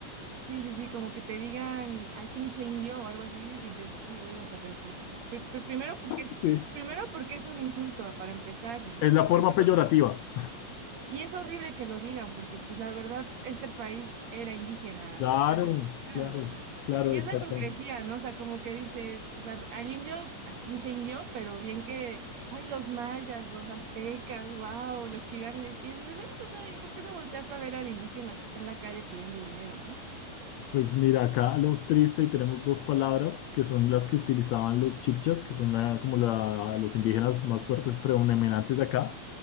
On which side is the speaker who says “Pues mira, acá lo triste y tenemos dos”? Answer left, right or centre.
Left